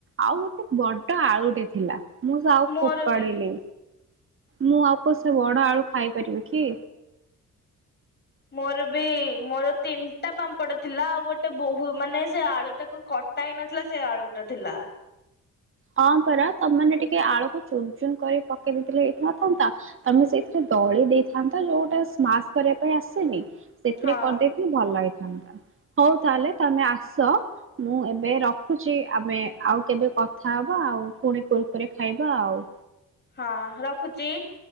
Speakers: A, on the right (about 40°); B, on the left (about 30°).
A: ଆଉ ଗୋଟେ ବଡ ଆଳୁଟେ ଥିଲା। ମୁଁ ସେ ଆଉ
B: ମୋର
A: ଫୋପାଡ଼ିଲି।
B: ବି
A: ମୁଁ ଆଉ କ ସେ ବଡ ଆଳୁ ଖାଇପାରିବି କି
B: ମୋର ବି ମୋର ତିନିଟା ପାମ୍ପଡ଼ ଥିଲା ଆଉ ଗୋଟେ ବୋହୂ ମାନେ ସେ ଆଳୁ ଟାକୁ କଟା ହେଇ ନଥିଲା ସେ ଆଳୁଟା ଥିଲା।
A: ହଁ ପରା ତମେ ମାନେ ଟିକେ ଆଳୁକୁ ଚୁନ ଚୁନ କରି ପକେଇ ଦେଇଥିଲେ ହେଇିନଥାନ୍ତା ତମେ ସେଇଥିରେ ଦଳି ଦେଇଥାନ୍ତ ଯୋଉଟା ସ୍ମାସ କରିବା ପାଇଁ ଆସେନି। ସେଥିରେ
B: ହଁ
A: କରିଦେଇଥିଲେ ଭଲ ହେଇ ଥାନ୍ତା ହଉ ତାହେଲେ ତମେ ଆସ ମୁଁ ଏବେ ରଖୁଚି ଆମେ ଆଉ କେବେ କ ଥା ହବା ଆଉ ପୁଣି କୁରକୁରେ ଖାଇବା ଆଉ
B: ହଁ ରଖୁଚି।